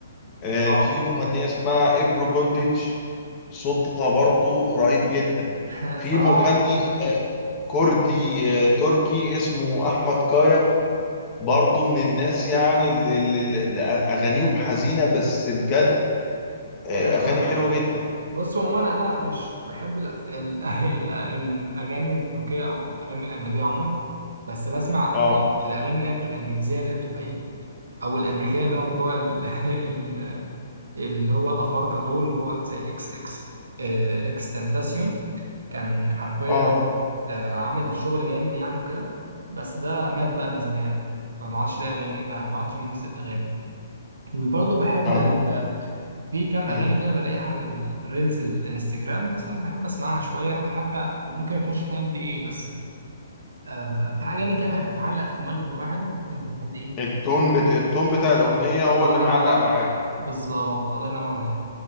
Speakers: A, on the left; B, on the right.
A: آه،
B: اه اه
A: في مغنيه اسمها ابرو جونديتش صوتها برضو رهيب جدا
B: <laughs>
A: في
B: صراحه
A: مغني آه، كردي آه، تركي اسمه احمد كايا برضو من الناس يعني اللي, اللي اللي اغانيهم حزينه بس بجد آه،
B: حاجات
A: اغاني
B: حلوه
A: حلوه
B: يعني.
A: جدا
B: بص عموما انا مش بحب الأف... ال... <laughs> ال... الاغاني التركيه او الاغاني الاجنبيه عموما بس بسمع
A: اه
B: الاغاني اللي هي بتبقى انجليزيه اللي هي بتبقى ايه او الامريكيه اللي هو بتوع ال... <laughs> ال... اللي هو الافارقه دول اللي هو زي اكس اكس آه، اكس تنتاسيون كان حرفيا
A: اه
B: آه، عامل شغل جامد يعني وكده بس ده مات بقى من زمان فما عادش لاقي اغاني ما ما عادش بينزل اغاني وبرضه بحب
A: انا
B: ال... في كام
A: مم.
B: اغاني كده بلاقيها على الريلز الانستجرام مثلا بحب اسمعها شويه حتى وممكن ما اكونش فاهم دي ايه بس آه في اغاني كده بحب بتعلق في دماغ الواحد ممكن الواحد ايه
A: التون بت... التون بتاع الاغنيه هو
B: الله
A: اللي معلق
B: ينور
A: معاك
B: بالظبط الله ينور عليك